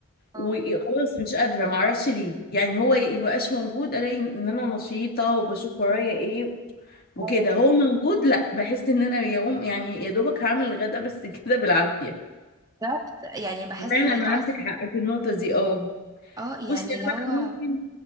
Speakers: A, on the right; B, on the left.
A: اه
B: وخلاص مش قادره ما اعرفش ليه يعني هو يبقاش موجود الاقي ان انا نشيطه وبشوف ورايا ايه وكده
A: اه
B: هو موجود لا بحس ان انا يوم يعني يا دوبك هعمل الغدا بس <laughs> كده بالعافيه
A: بالظبط يعني بحس
B: فعلا
A: ان احنا
B: عندك
A: اصلا
B: حق في النقطة دي اه
A: اه يعني
B: بصي انا
A: اللي
B: بقى
A: هو
B: ممكن